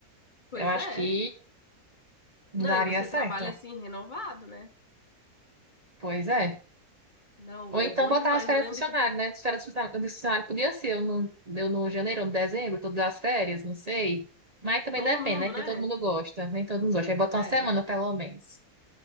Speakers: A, on the left; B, on the right.
A: pois
B: Eu acho
A: é.
B: que daria
A: Não, e você
B: certo.
A: trabalha assim, renovado, né?
B: Pois é.
A: Não,
B: Ou
A: é
B: então
A: bom
B: botar
A: demais.
B: as férias
A: Eu lembro
B: do funcionário,
A: que
B: né? As férias do funcionário do funcionário podia ser eu no, eu no janeiro, ou no dezembro, todas as férias, não sei. Mas também
A: todo
B: depende,
A: mundo,
B: né? Que
A: né?
B: nem todo mundo gosta, nem todo mundo gosta. Aí bota
A: É.
B: uma semana, pelo menos.